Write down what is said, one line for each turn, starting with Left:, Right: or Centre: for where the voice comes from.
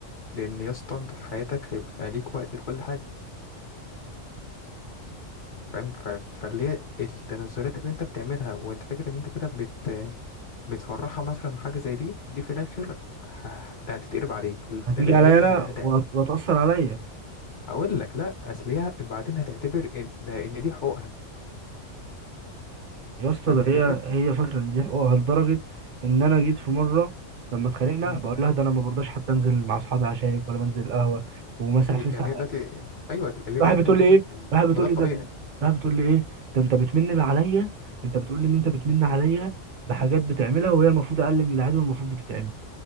Left: لأن يا اسطى أنت في حياتك هيبقى ليك وقت لكل حاجة فاهم ف- فاللي هي التنازلات اللي أنت بتعملها وأنت فاكر إن أنت كده بت بتفرحها مثلا حاجة زي دي دي في الآخر ه- هتتقلب عليك ده
Right: هتيجي
Left: لأن
Right: عليا
Left: هي
Right: انا
Left: هت...
Right: وهت-
Left: هت-
Right: وهتاثر عليا
Left: أقول لك لأ أصل هي بعدين هتعتبر إن ده إن دي حقوقها
Right: يا اسطى
Left: فاهم
Right: ده
Left: الفكرة؟
Right: هي هي فاكره ان دي حقوقها لدرجه ان انا جيت في مره لما اتخانقنا
Left: مم.
Right: بقول لها ده انا ما برضاش حتى انزل مع اصحابي عشانك ولا بنزل القهوه ومسح
Left: يعني
Right: فيس
Left: هي دلوقتي أيوه اللي بعدين
Right: راحت بتقول
Left: هتقول
Right: لي ايه
Left: لك طب
Right: راحت بتقول
Left: ما ده الطبيعي
Right: لي ده راحت بتقول لي ايه ده انت بتمن عليا انت بتقول لي ان انت بتمن عليا بحاجات بتعملها وهي المفروض اقل من العادي والمفروض بتتعمل